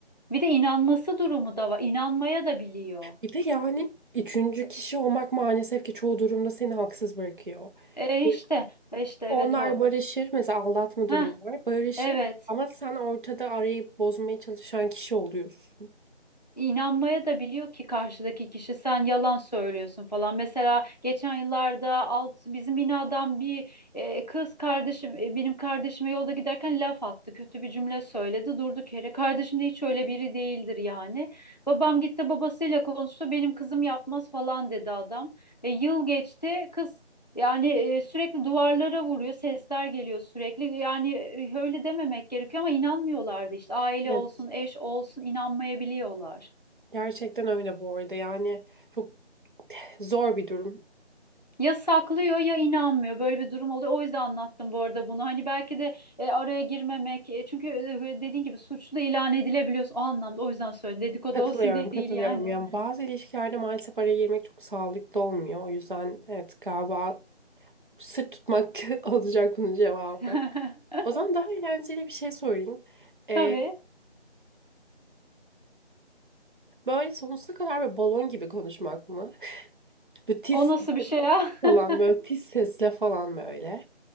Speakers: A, on the left (about 40°); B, on the right (about 50°).
A: bir de inanması durumu da var inanmaya da biliyor
B: Bir de yani üçüncü kişi olmak maalesef ki çoğu durumda seni haksız bırakıyor.
A: e
B: Evet.
A: işte e işte evet
B: Onlar
A: o
B: barışır mesela aldatma
A: Heh,
B: durumu var barışır
A: evet
B: ama sen ortada arayı bozmaya çalışan kişi oluyorsun.
A: İnanmaya da biliyor ki karşıdaki kişi sen yalan söylüyorsun falan. Mesela geçen yıllarda alt bizim binadan bir e, kız kardeşim e, benim kardeşime yolda giderken laf attı. Kötü bir cümle söyledi. Durduk yere. Kardeşim de hiç öyle biri değildir yani. Babam gitti babasıyla konuştu. Benim kızım yapmaz falan dedi adam. E, yıl geçti. Kız Yani e, sürekli duvarlara vuruyor, sesler geliyor sürekli. Yani e, öyle dememek gerekiyor ama inanmıyorlardı işte. Aile
B: Evet.
A: olsun, eş olsun inanmayabiliyorlar.
B: Gerçekten öyle bu arada. Yani çok zor bir durum.
A: ya saklıyor ya inanmıyor. Böyle bir durum oluyor. O yüzden anlattım bu arada bunu. Hani belki de e, araya girmemek. e, çünkü e, e, dediğin gibi suçlu ilan edilebiliyorsun. O anlamda o yüzden söyledim. Dedikodu
B: Katılıyorum,
A: olsun diye
B: katılıyorum.
A: değil yani.
B: Yani bazı ilişkilerde maalesef araya girmek çok sağlıklı olmuyor. O yüzden evet galiba sırt tutmak <laughs> olacak bunun cevabı.
A: <laughs>
B: O zaman daha eğlenceli bir şey sorayım. Ee,
A: Tabii.
B: böyle sonsuza kadar böyle balon gibi konuşmak mı? <laughs> Böyle tiz
A: O nasıl bir şey ya?
B: falan
A: <laughs>
B: böyle tiz sesle falan böyle.